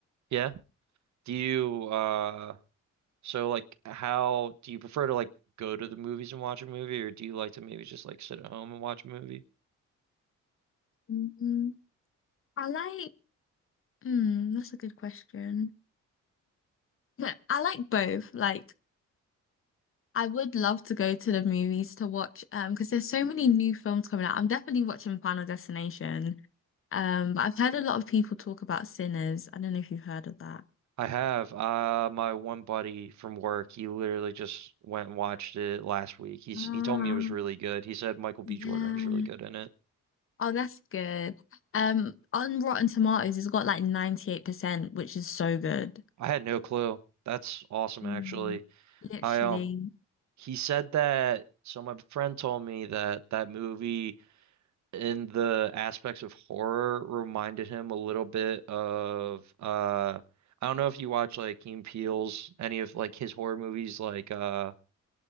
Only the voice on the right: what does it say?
Yeah. Do you uh So like how do you prefer to like go to the movies and watch a movie or do you like to maybe just like sit at home and watch a movie?
I have uh my one buddy from work, he literally just went and watched it last week. He's
he told me it was really good. He said Michael B. Jordan
was really good in it.
I had no clue. That's awesome
actually.
I um he said that so my friend told me that that movie in the aspects of horror reminded him a little bit of uh I don't know if you watch like Key and Peele's any of like his horror movies like uh